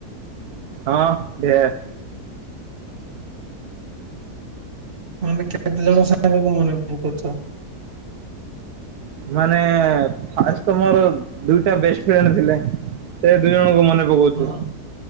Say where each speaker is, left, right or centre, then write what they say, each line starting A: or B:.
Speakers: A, on the right; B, on the right.
A: ହଁ ଦେ-
B: ଆମେ କେତେ ଜଣ ସାଙ୍ଗକୁ ମନେ ପକାଉଚ
A: ମାନେ ଫାଷ୍ଟ ତ ମୋର ଦୁଇଟା ବେଷ୍ଟ ଫ୍ରେଣ୍ଡ ଥିଲେ ସେ ଦୁଇ ଜଣଙ୍କୁ ମନେ କଁ କହୁଚୁ
B: ହଁ